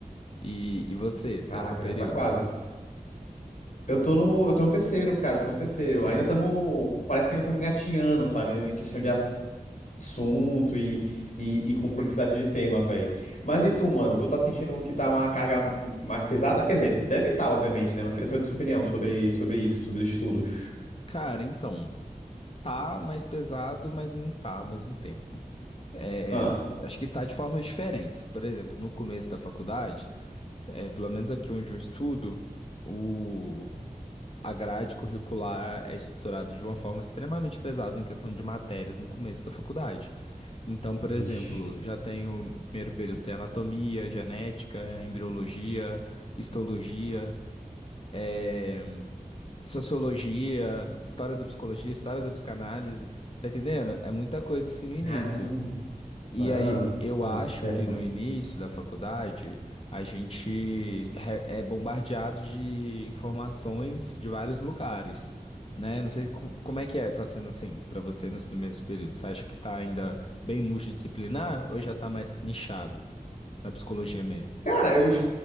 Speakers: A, on the left (about 45°); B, on the left (about 65°).
A: E, e você, você
B: Caraca,
A: tá em qual período?
B: já tá quase. Eu tô no, eu tô no terceiro, cara, tô no terceiro. Ainda estamos, parece que ainda estamos engatinhando, sabe, em questão de assunto e, e, e complexidade de tema, velho. Mas e tu, mano? Tu tá sentindo que tá uma carga m- mais pesada? Quer dizer, deve estar, obviamente, né? Mas eu queria saber da sua opinião sobre, sobre isso, sobre os estudos.
A: Cara, então, tá mais pesado, mas não tá ao mesmo tempo. É,
B: Ah,
A: acho que tá de formas diferentes. Por exemplo, no começo da faculdade. É, pelo menos aqui onde eu estudo, o... a grade curricular é estruturada de uma forma extremamente pesada em questão de matérias no começo da faculdade. Então, por
B: vixe.
A: exemplo, já tenho, primeiro período, tem anatomia, genética, embriologia, histologia, eh, sociologia, história da psicologia, história da psicanálise. Tá entendendo? É muita coisa assim no início.
B: Caramba.
A: E
B: Ah,
A: aí, eu
B: ah,
A: acho
B: certo.
A: que no início da faculdade, a gente re- é bombardeado de informações de vários lugares, né? Não sei co- como é que é, tá sendo assim para você nos primeiros períodos. Você acha que tá ainda bem multidisciplinar ou já tá mais nichado na psicologia mesmo?
B: Cara, eu vou te,